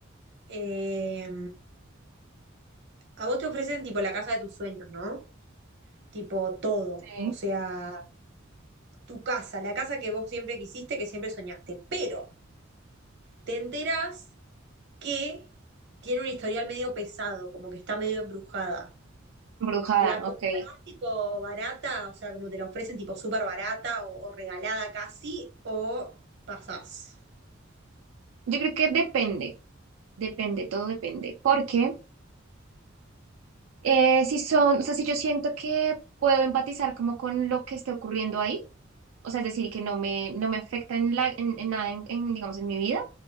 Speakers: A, on the right; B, on the right.
A: Eh, a vos te ofrecen tipo la casa de tus sueños, ¿no? Tipo todo.
B: Sí.
A: O sea, tu casa, la casa que vos siempre quisiste, que siempre soñaste. Pero te enterás que tiene un historial medio pesado, como que está medio embrujada.
B: Brujada,
A: La compras
B: ok.
A: tipo barata, o sea, como te la ofrecen tipo súper barata o, o regalada casi, o pasás.
B: Yo creo que depende, depende, todo depende. Porque eh, si son, o sea, si yo siento que puedo empatizar como con lo que esté ocurriendo ahí, o sea, es decir, que no me, no me afecta en la, en, en nada, en, en, digamos, en mi vida,